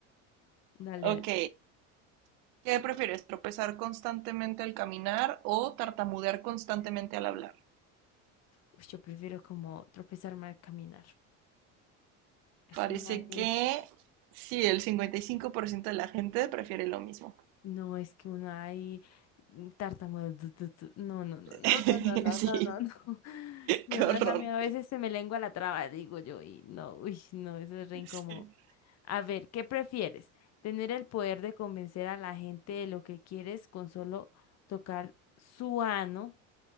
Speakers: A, on the left; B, on the right.
A: Dale,
B: Ok,
A: dale.
B: ¿Qué prefieres, tropezar constantemente al caminar o tartamudear constantemente al hablar?
A: Uy, yo prefiero como tropezarme al caminar. Es
B: Parece
A: que no hay.
B: que sí, el 55% de la gente prefiere lo mismo.
A: No, es que uno ahí mm, tartamudo. tu, tu, tu. No, no, no,
B: <laughs>
A: no, no, no, no,
B: Sí,
A: no, no, no. <laughs> Y
B: qué
A: Nomás
B: horror.
A: a mí a veces se me lengua la traba, digo yo, y no, uy, no, eso es re incómodo.
B: Sí,
A: A ver, ¿qué prefieres? ¿Tener el poder de convencer a la gente de lo que quieres con solo tocar su ano?